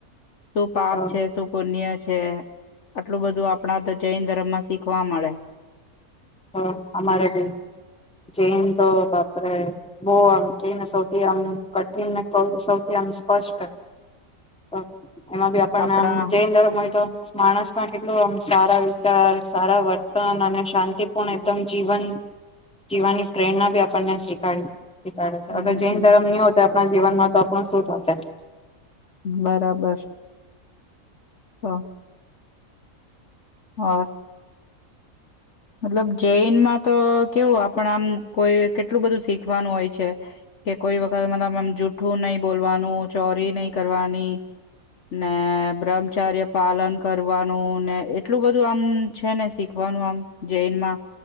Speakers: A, on the left; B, in the centre.
A: શું પાપ
B: તો
A: છે શું પુન્ય છે જે આટલું બધું આપણા તો જૈન ધર્મ માં શીખવા મળે
B: તો અમારે બી જૈન તો બાપરે બહુ આમ કૈન સૌથી આમ કઠિનને સૌથી આમ સ્પષ્ટ તો એમાં ભી આપણને
A: આપણા
B: આમ જૈન ધર્મ હોય તો માણસમાં કેટલું આમ સારા વિચાર સારા વર્તન અને શાંતિ પણ એકદમ જીવન જીવાની પ્રેરણા આપણને શ શીખડે છે
A: હમ
B: અગર જૈન ધર્મ ન હો આપ જીવનમાં તો આપણું શું થશે.
A: બરાબર હા હા મતલબ જૈન માં તો કેવું આપ પણ આમ કોઈ કેટલું બધું શીખવાનું હોય છે કે કોઈ વખત મતલબ આમ જૂઠું નહી બોલવાનું ચોરી નહી કરવાની ને બ્રહ્મચાર્ય પાલન કરવાનું ને એટલું બધું આમ છે ને શીખવાનું આમ જૈનમાં